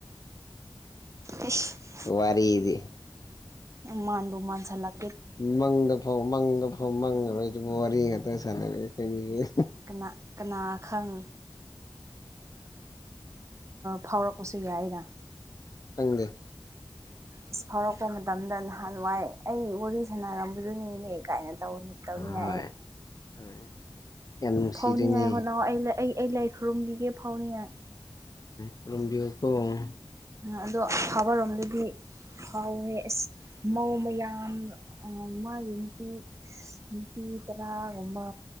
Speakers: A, on the right; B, on the left.
A: ꯏꯁ
B: ꯄ ꯋꯥꯔꯤꯗꯤ
A: ꯃꯥꯟꯕꯕꯨ ꯃꯥꯟꯁꯤꯜꯂꯛ
B: ꯃꯪꯗ ꯐꯧ ꯃꯪꯗ ꯐꯧ ꯃꯪꯉꯔꯣꯏ ꯑꯗꯨꯕꯨ ꯋꯥꯔꯤ ꯉꯥꯛꯇ ꯁꯥꯟꯅꯔꯦ ꯑꯩꯈꯣꯏꯅꯤꯁꯦ
A: ꯀꯅꯥ ꯀꯅꯥ ꯈꯪ ꯐꯥꯎꯔꯛꯄꯁꯨ ꯌꯥꯏ ꯑꯅ
B: ꯊꯪꯗꯦ
A: ꯏꯁꯐꯥꯎꯔꯛꯄ ꯃꯇꯝꯗ ꯂꯍꯥꯟ ꯌꯥꯝ ꯅꯨꯡꯉꯥꯏ ꯑꯩ ꯋꯥꯔꯤ ꯁꯥꯟꯅꯔꯝꯕꯗꯨꯅꯤꯅꯦ ꯀꯥꯏꯅ ꯇꯧ ꯇꯧꯅꯤꯡꯉꯥꯏ
B: ꯍꯣꯏ
A: ꯑꯩ
B: ꯑ ꯌꯥꯝ ꯅꯨꯡꯁꯤꯗꯣꯏꯅꯦ
A: ꯐꯥꯎꯅꯤꯉꯥꯏ ꯍꯣꯠꯅꯕ ꯑꯩ ꯑꯩ ꯑꯩ ꯂꯥꯏ ꯈꯨꯔꯨꯝꯕꯤꯒꯦ ꯐꯥꯎꯅꯤꯉꯥꯏ
B: ꯈꯨꯔꯨꯝꯕꯤꯍꯨ ꯀꯧꯕ
A: ꯑꯗꯣ ꯐꯥꯕꯔꯣꯝꯗꯗꯤ ꯍꯥꯎꯋꯦ ꯑꯁ ꯃꯧ ꯃꯌꯥꯝ ꯃꯥꯒꯤ ꯅꯨꯄꯤ ꯅꯨꯄꯤ ꯇꯔꯥꯒꯨꯝꯕ